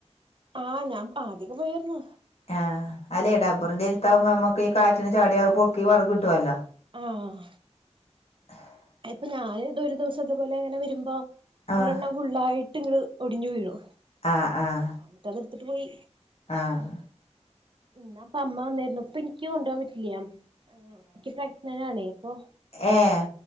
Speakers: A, on the right (about 45°); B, on the left (about 60°).
A: ആഹ് ഞാൻ ആദ്യൊക്കെ പോയരുന്നൂ.
B: ആഹ് അലെ ഡബറിന്റെ അടുത്താവുമ്പോ നമ്മുക്ക് ഈ കാറ്റിന് ചാടിയ പൊറക്കി വിറക് കിട്ടുല്ലോ?
A: ആഹ്
B: <unintelligible>
A: ഇപ്പൊ ഞാന് ത് ഒരു ദിവസം അതുപോലെ ഇങ്ങനെ വരുമ്പോ
B: ആഹ്
A: ഒരെണ്ണം ഫുള്ളായിട്ട് ഇങ്ങ്ട് ഒടിഞ്ഞു വീഴോ
B: ആഹ് ആഹ്
A: ന്നിട് അത് എടുത്തിട്ട് പോയി
B: ആഹ്
A: ഇന്ന് പ്പ അമ്മ വന്നാര്ന്നു ഇപ്പ ഇന്ക്ക് കൊണ്ട് പോകൻ പറ്റില്ല എനിക്ക് പ്രഗന്ററ് ആണെപോ
B: ഏഹ